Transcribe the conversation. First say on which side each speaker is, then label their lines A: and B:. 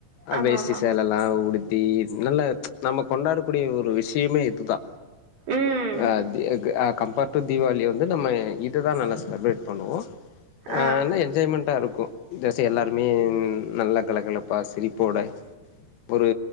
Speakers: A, on the left; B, on the right.
A: அ
B: ஆமா
A: வேஷ்டி
B: ஆமா
A: சேலல்லா உடுத்தி நல்லா நம்ம கொண்டாடக்கூடிய ஒரு விஷயமே இதுதா
B: ம்
A: அப்டி க் அ கம்பேர் டு தீவாளி வந்து நம்ம இதுதா நல்லா செலப்ரேட் பண்ணுவோ அ
B: ஆ
A: நல்லா என்ஜாய்மெண்ட்டா இருக்கு ஜஸ்ட்டு எல்லாருமே நல்லா கல கலப்பா சிரிப்போட ஒரு